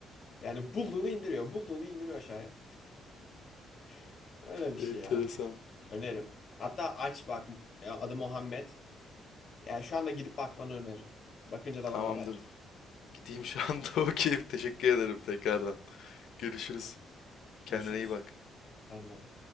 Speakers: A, on the left; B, on the left.
A: Yani bulduğunu indiriyor. Bulduğunu indiriyor aşağıya. <laughs> Öyle bir şey
B: enteresan.
A: ya. Öneririm. Hatta aç bak. Ya, Adı Muhammed. Yani şu anda gidip bakmanı öneririm. Bakınca da
B: Tamamdır.
A: bana haber et.
B: Gideyim şu anda <laughs> bakayım. Teşekkür ederim tekrardan. Görüşürüz. Kendine
A: Görüşürüz.
B: iyi bak.
A: Sen de.